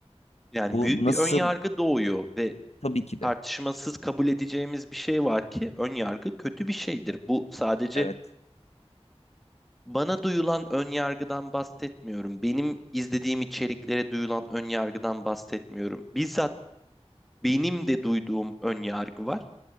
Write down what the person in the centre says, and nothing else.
Yani
büyük
bir ön yargı doğuyor ve
tartışmasız kabul edeceğimiz bir şey var ki ön yargı kötü bir şeydir. Bu sadece
Bana duyulan ön yargıdan bahsetmiyorum. Benim izlediğim içeriklere duyulan ön yargıdan bahsetmiyorum. Bizzat benim de duyduğum ön yargı var